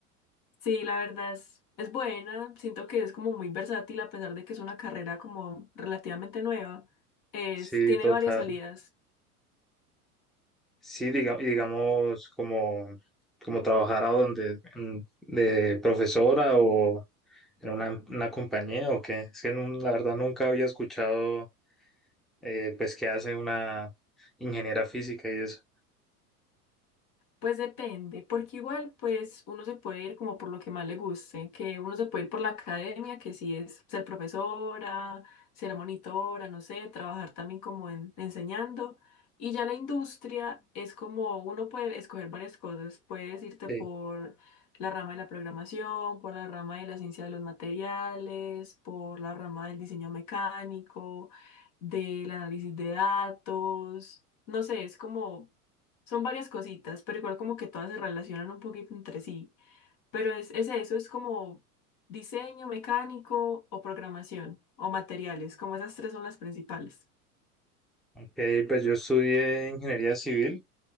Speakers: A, on the left; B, in the centre.
A: Sí, la verdad es, es buena. Siento que es como muy versátil a pesar de que es una carrera como relativamente nueva. Es,
B: Sí,
A: tiene
B: total.
A: varias salidas.
B: Sí, diga- y digamos, como, como trabajar a donde, mm, de profesora o en una, una compañía o qué. Es que nun- la verdad nunca había escuchado, eh, pues, qué hace una ingeniera física y eso.
A: Pues depende, porque igual pues uno se puede ir como por lo que más le guste, que uno se puede ir por la academia, que sí es ser profesora, ser monitora, no sé, trabajar también como en- enseñando. Y ya la industria es como uno puede escoger varias cosas, puedes irte
B: Sí.
A: por la rama de la programación, por la rama de la ciencia de los materiales, por la rama del diseño mecánico, del análisis de datos, no sé, es como son varias cositas, pero igual como que todas se relacionan un poquito entre sí. Pero es, es eso, es como diseño mecánico o programación o materiales, como esas tres son las principales.
B: Ok, pues yo estudié ingeniería civil.